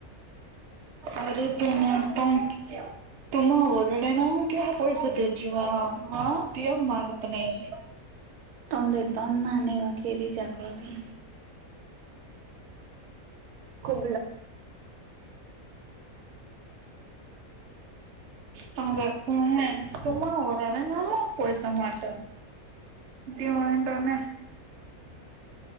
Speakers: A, on the right; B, on the right.
A: अरे प नाहीत तुम्हा रड आहे ना म क पैसा त्याची हा ते मागत नाही
B: तु त ना नाही वा खेरी जाकतु खुंबला
A: त जाकू ह तू मा होरड ना म पयस माात तडो ना